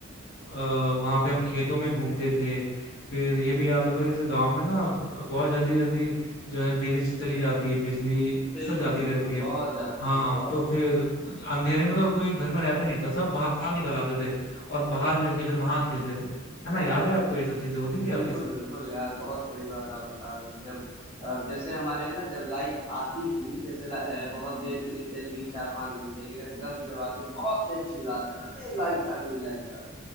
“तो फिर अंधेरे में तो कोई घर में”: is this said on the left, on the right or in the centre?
Left